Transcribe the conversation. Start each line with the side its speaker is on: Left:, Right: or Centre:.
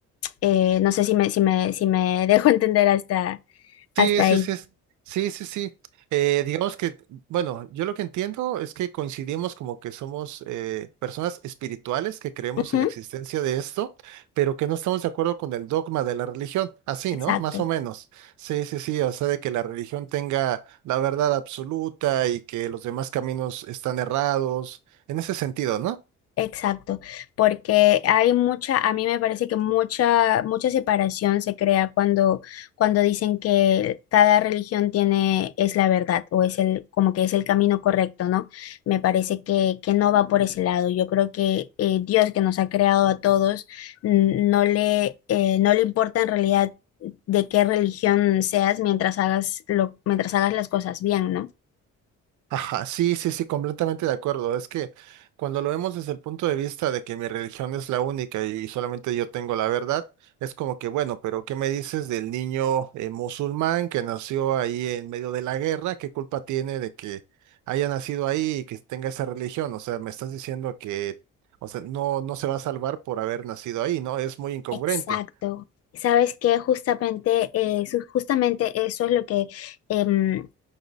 Left: eh, no sé si me, si me, si me <laughs> dejo entender hasta,
Right: Sí,
Left: hasta
Right: sí,
Left: ahí.
Right: sí, es- sí, sí, sí. Eh, digamos que, bueno, yo lo que entiendo es que coincidimos como que somos eh, personas espirituales que creemos
Left: Ujú,
Right: en la existencia de esto, pero que no estamos de acuerdo con el dogma de la religión, así,
Left: exacto.
Right: ¿no? Más o menos. Sí, sí, sí, o sea, de que la religión tenga la verdad absoluta y que los demás caminos están errados, en ese sentido, ¿no?
Left: Exacto, porque hay mucha, a mí me parece que mucha, mucha separación se crea cuando, cuando dicen que cada religión tiene, es la verdad o es el, como que es el camino correcto, ¿no? Me parece que, que no va por ese lado. Yo creo que eh, Dios que nos ha creado a todos n- no le, eh, no le importa en realidad de qué religión seas mientras hagas lo, mientras hagas las cosas bien, ¿no?
Right: Ajá, sí, sí, sí, completamente de acuerdo. Es que cuando lo vemos desde el punto de vista de que mi religión es la única y solamente yo tengo la verdad, es como que, bueno, pero ¿qué me dices del niño eh, musulmán que nació ahí en medio de la guerra? ¿Qué culpa tiene de que haya nacido ahí y que tenga esa religión? O sea, me estás diciendo que, o sea, no, no se va a salvar por haber nacido ahí, ¿no? Es muy incongruente.
Left: Exacto. Sabes que justamente, eh, su- justamente eso es lo que, em,